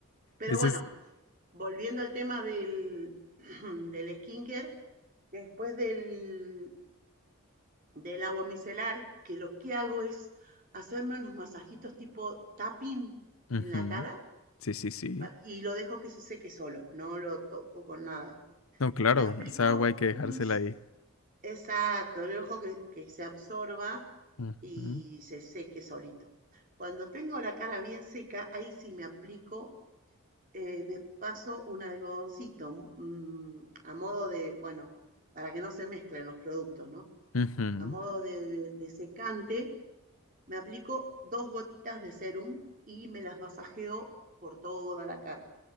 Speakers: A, on the right; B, on the left.
A: Pero
B: Ese
A: bueno,
B: es.
A: volviendo al tema del, <clears throat> del skincare, después del, del agua micelar, que lo que hago es hacerme unos masajitos tipo tapping
B: ujú,
A: en la cara
B: Sí, sí, sí.
A: y lo dejo que se seque solo, no lo toco con nada.
B: No, claro,
A: Me aplico
B: esa agua hay que dejársela
A: un...
B: ahí.
A: Exacto, lo dejo que, que se absorba
B: Ujú,
A: y se seque solito. Cuando tengo la cara bien seca, ahí sí me aplico eh, me paso un algodoncito mm, a modo de, bueno, para que no se mezclen los productos, ¿no?
B: ujú,
A: A modo de, de secante, me aplico dos gotitas de serum y me las masajeo por toda la cara.